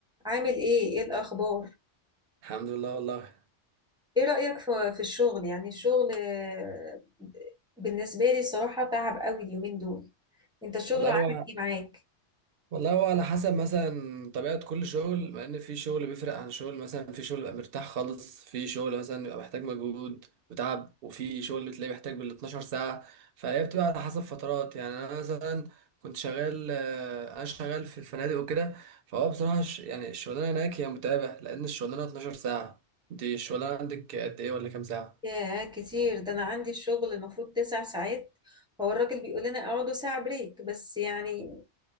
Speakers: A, in the centre; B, on the right.
A: عامل ايه ايه الاخبار
B: الحمد لله والله
A: ايه رأيك في في الشغل يعني الشغل آه، بالنسبة لي الصراحة تعب قوي اليومين دول انت الشغل
B: والله
A: عامل
B: هو
A: ايه معاك
B: والله هو على حسب مثلا طبيعة كل شغل مع ان في شغل بيفرق عن شغل مثلا في شغل بيبقى مرتاح خالص في شغل مثلا بيبقى محتاج مجهود وتعب وفي شغل تلاقيه محتاج بال 12 ساعة فهي بتبقى على حسب فترات يعني انا مثلا كنت شغال آه، انا شغال في الفنادق وكده فهو بصراحة ش- يعني الشغلانة هناك هي متعبة لان الشغلانة 12 ساعة دي الشغلانة عندك قد ايه ولا كام ساعة
A: ياه كتير ده انا عندي الشغل المفروض تسع ساعات هو الراجل بيقول لنا اقعدوا ساعة بريك بس يعني